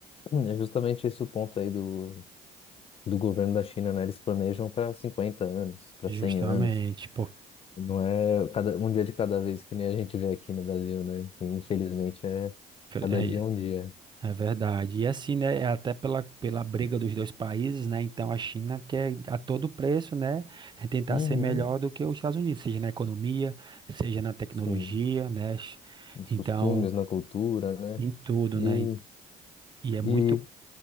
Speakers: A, on the left (about 35°); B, on the right (about 25°).
A: hum, é justamente esse o ponto aí do, do governo da China, né? Eles planejam para 50 anos, para
B: justamente.
A: 100 anos.
B: Pô,
A: Não é cada, um dia de cada vez que nem a gente vê aqui no Brasil, né? Que infelizmente é cada
B: é,
A: dia é um dia.
B: É verdade. E assim, né, é até pela, pela briga dos dois países, né, então a China quer a todo preço, né, tentar
A: Uhum,
B: ser melhor do que os Estados Unidos, seja na economia, seja na tecnologia,
A: sim.
B: né,
A: Nos
B: então,
A: costumes, na cultura, né?
B: em tudo,
A: E
B: né, e é muito,
A: E,